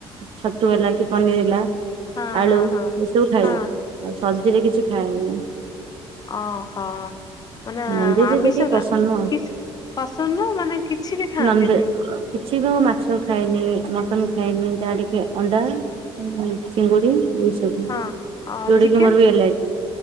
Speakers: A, on the right (about 55°); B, on the left (about 40°).
A: ଛତୁ ହେଲା କି ପନିର୍ ହେଲା।
B: ହଁ
A: ଆଳୁ
B: ହଁ ହଁ।
A: ଏସବୁ ଖାଇବି
B: ହଁ
A: ଆଉ ସବଜିରେ କିଛି ଖାଏନି।
B: ଓହୋଃ। ମାନେ
A: ନନଭେଜ
B: ଆମିଷ
A: ଏତେ ଟିକେ ପସନ୍ଦ
B: ନା
A: ନୁହଁ।
B: କିଛି ପସନ୍ଦ ନୁହଁ ମାନେ କିଛି ବି ଖାଆନ୍ତିନି?
A: ନନଭେ କିଛି ମୁଁ ମାଛ ଖାଏନି, ମଟନ ଖାଏନି, ଯାହା ଟିକେ ଅଣ୍ଡା ହୁଁ ହୁଁ ଚିଙ୍ଗୁଡି ଏଇସ୍ ଆଜ୍ଞା,
B: ହଁ ଅ
A: ଯୋଉଟା
B: ଚିକେନ
A: କିି ମୋର ବି ଏଲାର୍ଜି,